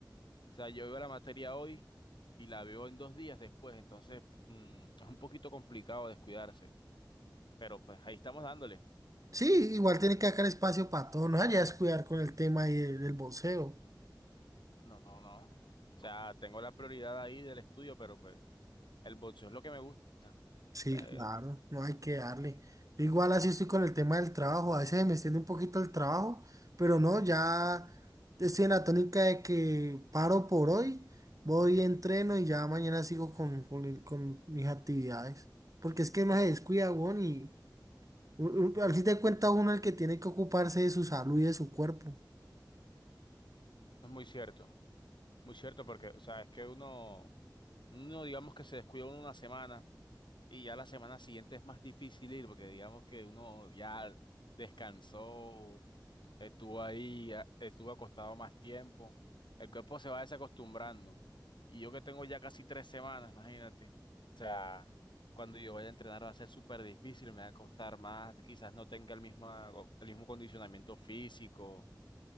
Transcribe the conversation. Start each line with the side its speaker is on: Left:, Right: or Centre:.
Left: O sea, yo veo la materia hoy y la veo en dos días después, entonces mm, es un poquito complicado descuidarse, pero pues ahí estamos dándole.
Right: Sí, igual tiene que sacar espacio para todo. No vayas a descuidar con el tema ahí de- del boxeo.
Left: No, no. O sea, tengo la prioridad ahí del estudio, pero pues... El boxeo es lo que me gusta.
Right: Sí,
Left: O sea,
Right: claro,
Left: eh,
Right: no hay que darle. Yo Igual así estoy con el tema del trabajo, a veces me extiende un poquito el trabajo, pero no, ya estoy en la tónica de que paro por hoy, voy, entreno y ya mañana sigo con, con, el- con mis actividades. Porque es que no se descuida, weón, y u- u- al fin de cuentas uno es el que tiene que ocuparse de su salud y de su cuerpo.
Left: es muy cierto, muy cierto porque, o sea, es que uno, uno digamos que se descuida uno una semana y ya la semana siguiente es más difícil ir porque digamos que uno ya descansó, estuvo ahí, a- estuvo acostado más tiempo. El cuerpo se va desacostumbrando. Y yo que tengo ya casi tres semanas, imagínate. O sea, cuando yo vaya a entrenar va a ser súper difícil, me va a costar más, quizás no tenga el mismo, el mismo condicionamiento físico